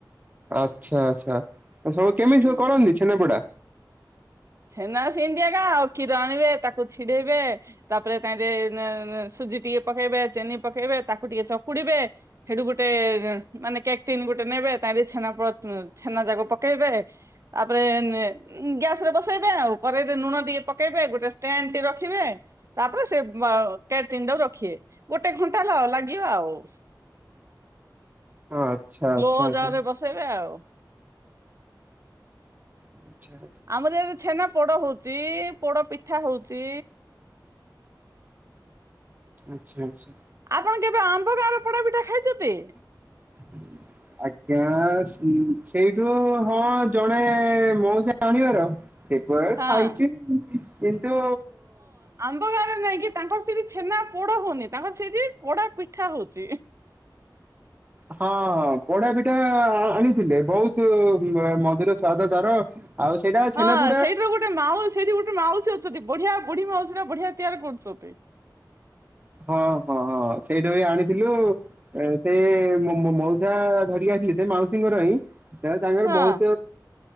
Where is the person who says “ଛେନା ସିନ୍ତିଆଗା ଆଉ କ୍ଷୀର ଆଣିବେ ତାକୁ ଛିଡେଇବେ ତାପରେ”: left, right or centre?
Right